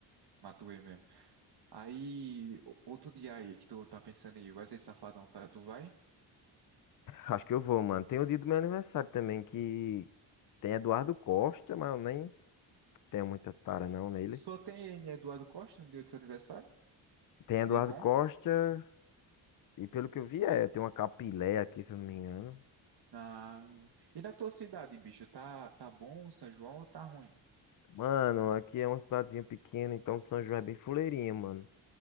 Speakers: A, on the right; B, on the left.
A: Matuê mesmo. Aí, o- outro dia aí que tu tá pensando aí, Wesley Safadão, tá, tu vai?
B: Acho que eu vou, mano. Tem o dia do meu aniversário também, que tem Eduardo Costa, mas eu nem tenho muita tara não nele.
A: Só tem Eduardo Costa no dia do teu aniversário,
B: Tem Eduardo
A: de bom.
B: Costa, e pelo que eu vi, é, tem uma capilé aqui, se eu não me engano.
A: Na... E na tua cidade, bicho, tá, tá bom o São João ou tá ruim?
B: Mano, aqui é uma cidadezinha pequena, então São João é bem fuleirinha, mano.